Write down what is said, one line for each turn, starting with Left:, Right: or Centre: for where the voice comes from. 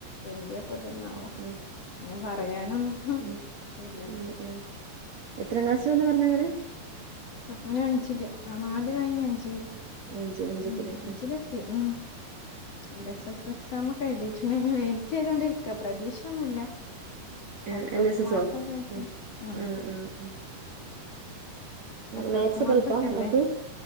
Left: എന്ത്യേ പ്പത് ന്നാവോ
Right: ഉം ഉം
Left: ഇങ്ങനെ പറയാനൊന്നും
Right: ഉം
Left: ത് ഇല്ല
Right: ഉം ഉം എത്രാം ക്ലാസ്സിലാന്ന പറഞ്ഞത്ങ്ങള്
Left: അവന് അഞ്ചില്. ആ നാല് കഴിഞ്ഞ് അഞ്ച്.
Right: അഞ്ച് അഞ്ച്ക്ക്ല്ലേ
Left: ഉം അഞ്ചിലെത്തി ഉം എൽ എസ് എസ് എക്സാം ഒക്കെ എഴുതീറ്റ്ണ്ട് അയ്ന് വെയിറ്റ് ചെയ്തോണ്ടിരിക്ക പ്രതീക്ഷൊന്നുല്ല
Right: ഏ,
Left: കട്ട്
Right: എൽ
Left: ഓഫ്
Right: എസ്
Left: മാർക്കൊക്കെ
Right: എസോ
Left: ആയ്റ്റ്
Right: ഉം
Left: ഉം
Right: ആഹ് ആഹ് ഉം
Left: കട്ട്
Right: മാത്സ്
Left: ഓഫ് മാർക്ക്
Right: ഒക്കെ എളുപ്പാ
Left: ഒക്കെല്ലേ
Right: ആക്ക്